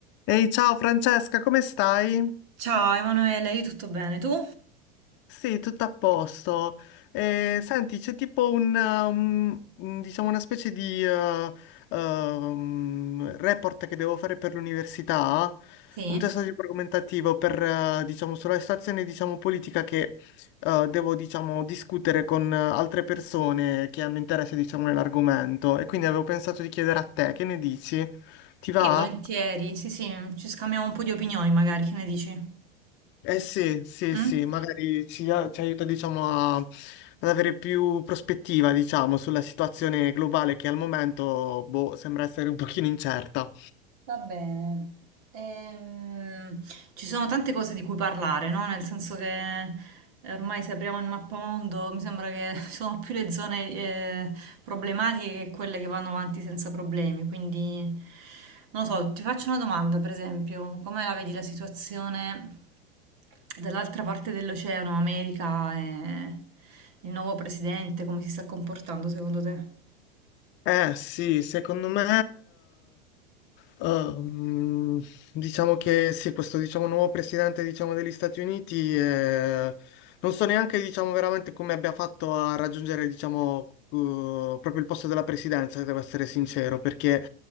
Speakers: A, on the left; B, on the right.
A: Ehi, ciao Francesca, come stai?
B: Ciao Emanuele, io tutto bene, tu?
A: Sì, tutto a posto. Eh, senti, c'è tipo un, um, un- diciamo una specie di eh, um, report che devo fare per l'università,
B: Sì?
A: un testo di argomentativo per, eh, diciamo, sulla situazione, diciamo, politica che eh, devo, diciamo, discutere con eh, altre persone che hanno interesse, diciamo, nell'argomento. E quindi avevo pensato di chiedere a te, che ne dici? Ti va?
B: Sì, volentieri, sì sì, ci scambiamo un po' di opinioni magari, che ne dici?
A: Eh sì, sì,
B: Mm?
A: sì, magari ci, a- ci aiuta, diciamo, a- ad avere più prospettiva, diciamo, sulla situazione globale che al momento, boh, sembra essere un pochino incerta.
B: Va bene. Ehm, ci sono tante cose di cui parlare, no? Nel senso che eh, ormai se apriamo il mappamondo mi sembra che <laughs> ci sono più le zone eh, problematiche che quelle che vanno avanti senza problemi. Quindi, non lo so, ti faccio una domanda, per esempio, come la vedi la situazione dall'altra parte dell'oceano, America e il nuovo presidente, come si sta comportando secondo te?
A: Eh sì, secondo me, eh, ehm, diciamo che sì, questo diciamo, nuovo presidente diciamo, degli Stati Uniti, eh, non so neanche diciamo, veramente come abbia fatto a raggiungere diciamo, eh, proprio il posto della presidenza, se devo essere sincero, perché